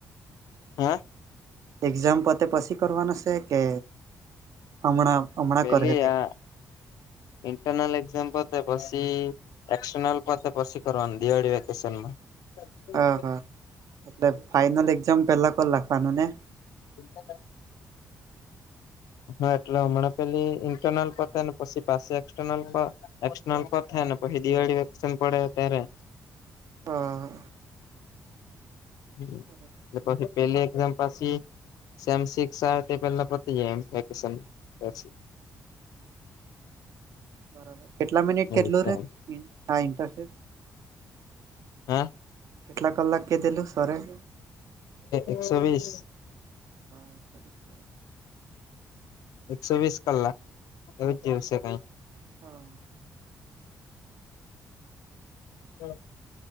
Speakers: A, on the left; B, on the right.
A: હા
B: એક્ઝામ પતે પછી કરવાનું છે કે અમણા અમ
A: પેલી આ
B: <inaudible>
A: ઇન્ટરનલ એક્ઝામ પતે પસી એક્સટનલ પતે પછી કરવાનું દિવાળી વેકેશનમાં. હમ
B: હા, હા એટલે ફાઈનલ એક્ઝામ પેલા કરી નાખવાનું ને?
A: <inaudible> હા એટલે હમણાં પેલી ઇન્ટરનલ પતે પસી પાછી એક્સટનર્લ માં એકસટનલ પતહે ને પછી દિવાળી વેકેશન પડહે ત્યારે.
B: હા.
A: હમમ.
B: બરાબર.
A: ને પછી પેલી એક્ઝામ પાસી સેમ સીકસ આવે તે પેલા પતી જાય એમ વેકેશન. પછી
B: બરાબર કેટલા મિનિટ
A: એવું
B: કેટલું
A: છે
B: રે
A: એમ
B: આ ઇન્ટરશીપ?
A: હા
B: કેટલા કલાક કીધેલું સરે?
A: એકસો વીસ.
B: <inaudible>
A: એકસો વીસ કલાક એવુંજ જેવું સે કઈ.
B: હા.
A: હમ